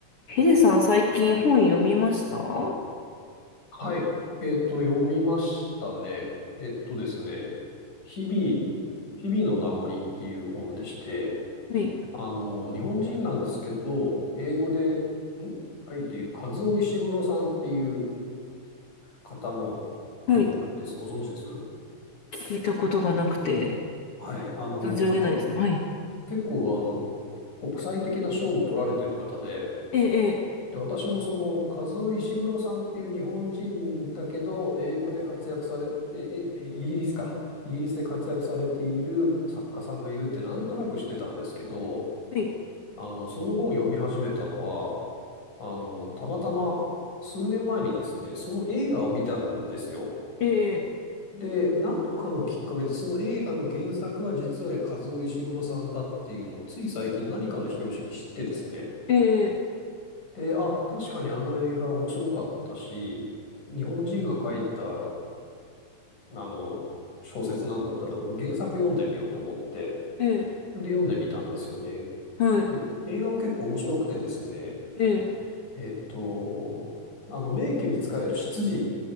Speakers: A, on the left; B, on the left.
A: ヘデさん、最近本読みましたは
B: はい。えっと、読みましたね。えっとですね。日々、日々の名残っていう本でして、
A: い。
B: あの、日本人なんですけど、英語で、ん書いているカズオ石黒さんっていう方の本です。
A: はい。
B: ご存知です
A: 聞いたことがなくて、
B: はい。あの、
A: 存じ上げないですね。
B: なんか
A: はい。
B: 結構、あの、国際的な賞も取られてる方で、
A: ええ、ええ、
B: で、私もその、カズオ・イシグロさんっていう日本人だけど、英語で活躍されて、え、えイギリスか。イギリスで活躍されている作家さんがいるってなんとなくしてたんですけど、
A: はい。
B: あの、その本を読み始めたのは、あの、たまたま数年前にですね、その映画を見たんですよ。
A: ええ、
B: で、なんかのきっかけで、その映画の原作は実はカズオ・イシグロさんだっていうのを、つい最近何かの表紙に知ってですね、
A: ええ、
B: で、あ、確かにあの映画面白かったし、日本人が書いた、あの、小説なんだったら原作読んでみようと思って、
A: ええ、
B: で、読んでみたんですよね。
A: はい。
B: で、映画も結構面白くてですね、
A: ええ、
B: えっと、あの、名家に仕える執事、